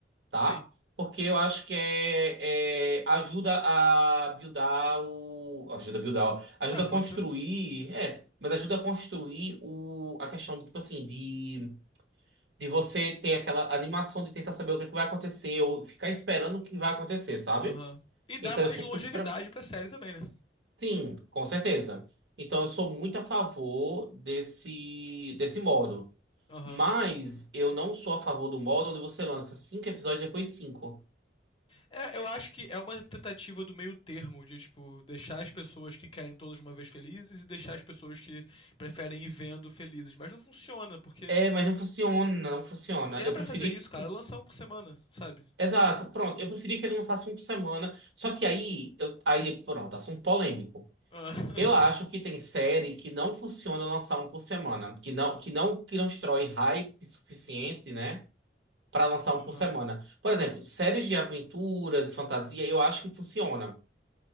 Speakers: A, on the right; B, on the left.
A: tá?
B: Sim.
A: Porque eu acho que é, é- ajuda a buildar o. Ajuda a buildar, ó, ajuda
B: Ah,
A: a
B: pode
A: construir,
B: ser.
A: é, mas ajuda a construir o, a questão do tipo assim, de, de você ter aquela animação de tentar saber o que é que vai acontecer, ou ficar esperando o que vai acontecer, sabe?
B: Aham. E dá
A: Então
B: mais
A: eu sou
B: longevidade
A: super.
B: pra série também, né?
A: Sim, com certeza. Então, eu sou muito a favor desse, desse modo.
B: Aham.
A: Mas eu não sou a favor do modo onde você lança cinco episódios e depois cinco.
B: É, eu acho que é uma tentativa do meio termo, de tipo, deixar as pessoas que querem todas de uma vez felizes e deixar as pessoas que preferem ir vendo felizes. Mas não funciona, porque
A: É, mas não funciona, não funciona.
B: se é
A: Eu
B: pra
A: preferia.
B: fazer isso, cara, lançar um por semana, sabe?
A: Exato, pronto. Eu preferia que ele lançasse um por semana. Só que aí, eu... aí, pronto, assunto polêmico.
B: Ah.
A: Eu acho
B: <laughs>
A: que tem série que não funciona lançar um por semana, que não, que não, que não constrói hype suficiente, né? para lançar
B: Aham.
A: um por semana. Por exemplo, séries de aventuras, fantasia, eu acho que funciona,